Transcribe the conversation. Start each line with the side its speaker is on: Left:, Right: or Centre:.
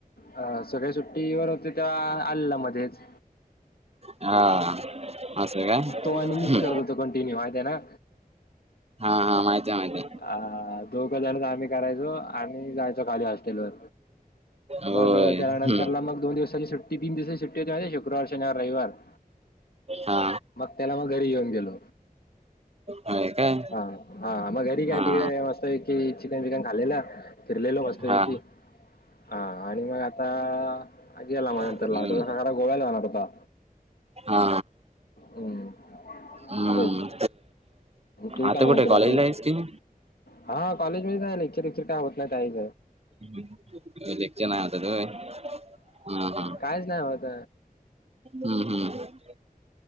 Left: अ सगळ्या सुट्टीवर होते तेव्हा आलेला मध्येच.
Right: हा. असं काय
Left: तो आणि मीच
Right: हम्म
Left: करत होतो कंटिन्यू माहितेय ना?
Right: हा हा माहितीय माहितीय.
Left: आ दोघ जण मी करायचो आणि जायचो खाली हॉस्टेल वर.
Right: होय
Left: मग
Right: हम्म
Left: त्यानंतरला मग दोन दिवसांनी सुट्ट ती तीन दिवसची सुट्टी होती, शुक्रवार, शनिवार रविवारचा
Right: हा.
Left: त्याला मग घरी घेऊन गेलो.
Right: होय. काय
Left: हा हा मग घरी काय
Right: हा
Left: तिकडे मस्त पैकी चिकन बिकन खाल्लेलं फिरलेलो मस्त
Right: हा
Left: पैकी हा आणि मग आता गेला माझ्या नंतर
Right: हम्म
Left: आता खरं गोव्याला जाणार होता.
Right: हा
Left: हम्म
Right: हू.
Left: तेच तू
Right: आता
Left: काय म्हणतो
Right: कुठे कॉलेजला
Left: बाकी
Right: हायस की?
Left: हा कॉलेजमधेच हाय, लेक्चर बी क्चर काय होत नाहीत.
Right: <unintelligible> हा हा
Left: कायच नाही होत
Right: हम्म हम्म.